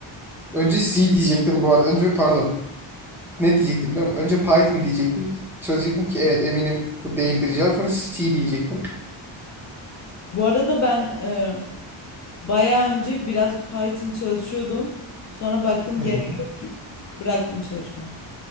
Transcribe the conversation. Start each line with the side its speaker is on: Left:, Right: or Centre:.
Centre: Önce C diyecektim bu arada. Önce pardon. Ne diyecektim biliyor musun? Önce Python diyecektim. Söyleyecektim ki evet eminim bu değildir cevap. Sonra C diyecektim.
Left: Bu arada ben e, Bayağı önce biraz Python çalışıyordum. Sonra baktım
Centre: Hı,
Left: gerek yok ki bıraktım çalışmayı.